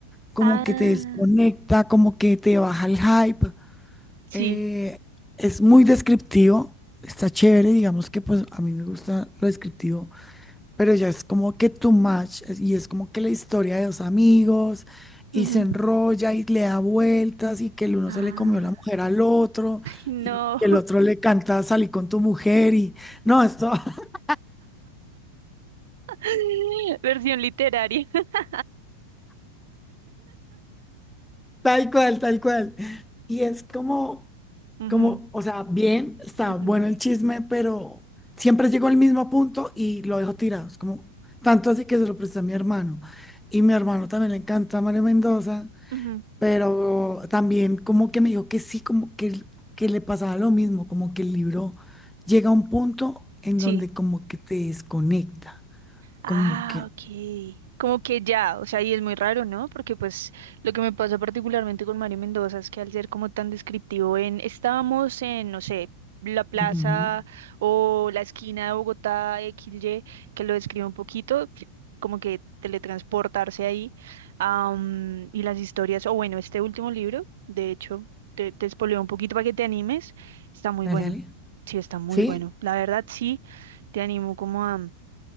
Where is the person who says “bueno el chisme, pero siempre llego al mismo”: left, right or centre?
Centre